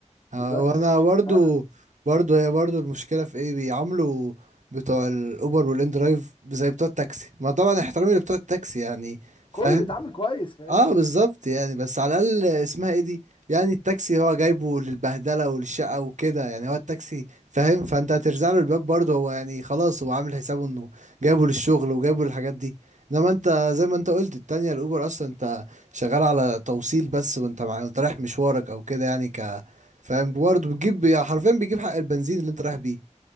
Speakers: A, on the right (about 80°); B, on the left (about 45°).
A: آه،
B: ودلوقتي
A: وانا
B: فاهم شغال
A: برضو برضو هي برضو المشكله في ايه بيعاملوا بتوع الاوبر والان درايف زي بتوع التاكسي ما طبعا احترامي لبتوع التاكسي يعني فاهم
B: كله يتعامل كويس فاهمني
A: اه بالظبط يعني بس على الاقل اسمها ايه دي يعني التاكسي هو جايبه للبهدله وللشقه وكده يعني هو التاكسي فاهم فانت هترزع له الباب برضه هو يعني خلاص هو عامل حسابه انه جايبه للشغل وجايبه للحاجات دي انما انت زي ما انت قلت التانية الاوبر اصلا انت شغال على توصيل بس وانت مع... وانت رايح مشوارك او كده يعني ك فاهم برضه بتجيب يعني حرفيا بيجيب حق البنزين اللي انت رايح بيه